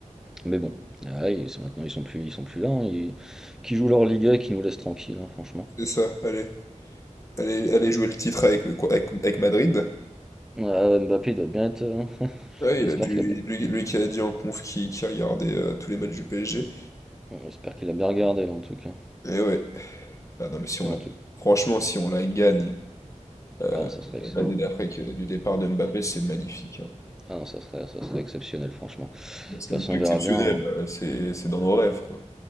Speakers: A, in the centre; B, on the left (about 25°).
A: Mais bon, ah, ouais, ils- c'est- maintenant ils sont plus, ils sont plus là, hein, ils- qui jouent leur Liga et qui nous laissent tranquille, hein, franchement.
B: C'est ça, allez. Allez, allez jouer le titre avec, avec, avec Madrid.
A: Ah, Mbappé il doit bien être. euh, <laughs>
B: Ouais,
A: J'espère
B: il a dû,
A: qu'il a bien,
B: lui, lui qui a dit en conf qui, qui regardait euh, tous les matchs du PSG.
A: j'espère qu'il a bien regardé là en tout cas.
B: Et ouais. Ah non, mais si on
A: En
B: la...
A: tout cas.
B: Franchement, si on la gagne euh,
A: Ah, ça serait, ex-
B: l'année d'après que- du départ de Mbappé, c'est magnifique. hein.
A: ah non, ça serait, ça serait exceptionnel, franchement. De
B: C'est
A: toute façon,
B: même pas
A: on
B: exceptionnel,
A: verra bien. hein.
B: euh, c'est c'est dans nos rêves, quoi.